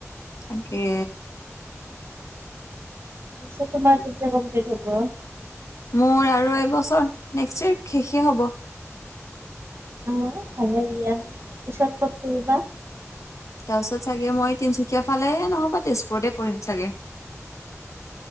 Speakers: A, on the left; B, on the right.
A: তাকে
B: নিশ্চয় তোমাৰ তেতিয়া কমপ্লিট হ'ব
A: মোৰ আৰু এবছৰ নেক্সট ইয়েৰ শেষে হ'ব
B: উম ভালে দিয়া পিছত ক'ত কৰিবা
A: তাৰপিছত চাগে মই তিনচুকীয়া ফালে নহবা তেজপুৰতে কৰিম চাগে <inaudible>